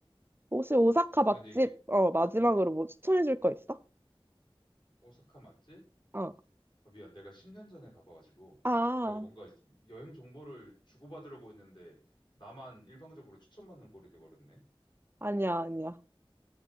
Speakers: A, on the right; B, on the left.
A: 혹시 오사카
B: 아,
A: 맛집,
B: 근데 이게,
A: 어, 마지막으로
B: 어,
A: 뭐 추천해 줄 거 있어?
B: 오사카 맞지?
A: 어.
B: 아, 미안, 내가 10년 전에 가봐가지고
A: 아,
B: 내가 뭔가 여행 정보를 주고받으려고 했는데 나만 일방적으로 추천받는 꼴이 돼버렸네.
A: 아니야, 아니야.